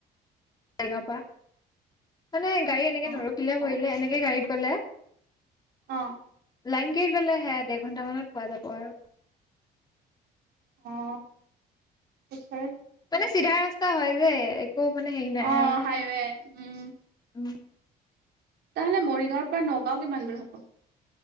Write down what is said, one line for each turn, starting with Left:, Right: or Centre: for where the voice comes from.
Left: জেগাৰ পৰা মানে গাড়ী
Right: অঁ
Left: এনেকে নৰখিলে কৰিলে এনেকে গাড়ীত গ'লে
Right: অ'।
Left: লাইন গাড়ীত গ'লে সে আৰু ডেৰ ঘণ্টা মানত পোৱা যাব আৰু
Right: অহ।
Left: মানে চিধা ৰাস্তা হয় যে একো মানে হেৰি নাই
Right: অঁ
Left: আৰু
Right: হাইৱে উম'।
Left: উম'।
Right: তহ'লে মৰিগাঁৱৰ পৰা নগাঁও কিমান দূৰ হ'ব?